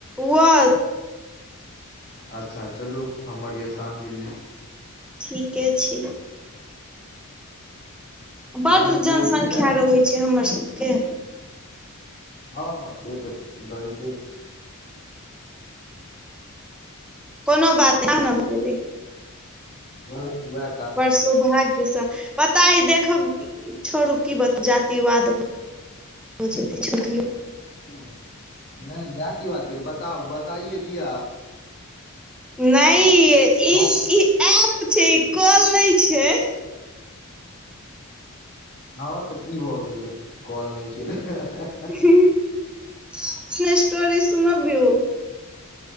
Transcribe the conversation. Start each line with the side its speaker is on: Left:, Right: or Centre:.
Centre: वत्स।
Left: अच्छा चलू हमर या शांडिल्य।
Centre: ठीके छी
Left: एखन
Centre: बड
Left: केओ
Centre: जनसंख्या
Left: अछि कि नहि
Centre: रहै से हमर सबके।
Left: हँ हँ से तऽ दहिके
Centre: कोनो बात नहि <unintelligible>
Left: बस वेह
Centre: परसु भाग्यसँ पता ह देखब छोड़ू की बत जातिवादै भऽ जेतय छोरियो।
Left: नहि जाति बाद की हेतय बताऊ बताइए दियऽ आब।
Centre: नहि। ई
Left: हम।
Centre: <unintelligible> छै ई कॅल नहि छै।
Left: हँ तऽ की भऽ गेलै कॅल नहि छै।
Centre: अपन स्टोरी सुनबीयो।